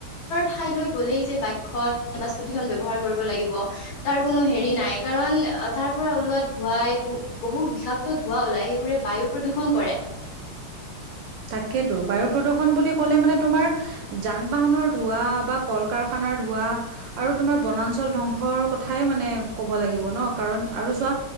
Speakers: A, on the left; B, on the right.
A: ঠাইলৈ গ'লেই যে বাইকখন বাছকুটি খ ব্যৱহাৰ কৰিব লাগিব তাৰ কোনো হেৰি নাই কাৰণ তাৰ পৰা ওলোৱা ধোঁৱাই বহু বিষাক্ত ধোঁৱা ওলাই সেইবোৰে বায়ু প্ৰদূষন কৰে। <inaudible>
B: তাকেতো বায়ু প্ৰদূৰণ বুলি ক'লে মানে তোমাৰ যান বাহনৰ ধোঁৱা বা কল কাৰখানাৰ ধূৱা আৰু তোমাৰ বনাঞ্চল ধংসৰ কথাই মানে ক'ব লাগিব ন কাৰণ সাঁ